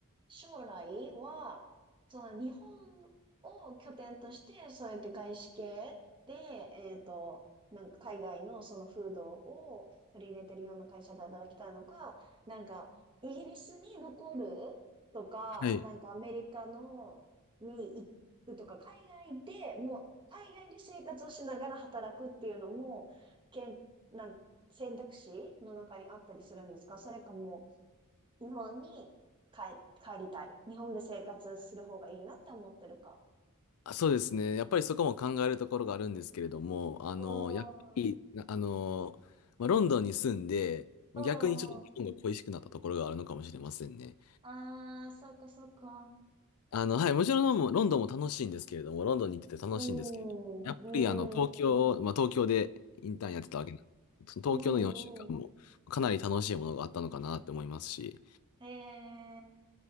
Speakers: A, on the right; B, on the left.
A: 将来は、その、日本を拠点として、そうやって外資系で、えっと、なんか、海外のその風土を取り入れてるような会社で働きたいのか、なんか、イギリスに残るとか、
B: はい。
A: なんか、アメリカの、に行くとか、海外で、もう、海外で生活をしながら働くっていうのも、けん、選択肢の中にあったりするんですかそれかもう、日本に帰、帰りたい。日本で生活する方がいいなって思ってるか。
B: あそうですね。やっぱりそこも考えるところがあるんですけれども、あの、
A: うん、
B: やっぱり、
A: う
B: なあの、まあ、ロンドンに住んで、まあ逆にちょっと日本が恋しくなったところがあるのかもしれませんね。
A: ん、うん。ああ、そっかそっか。
B: あの、はい、もちろんロンドンもロンドンも楽しいんですけれども、ロンドンに行ってて楽しいんですけれども、
A: うん、
B: やっぱりあの、
A: うん、
B: 東京、
A: うん、
B: まあ、東京でインターンやってたわけなんで、その東京の4週間もかなり楽しいものがあったのかなって思いますし、
A: うん、うん。へえ、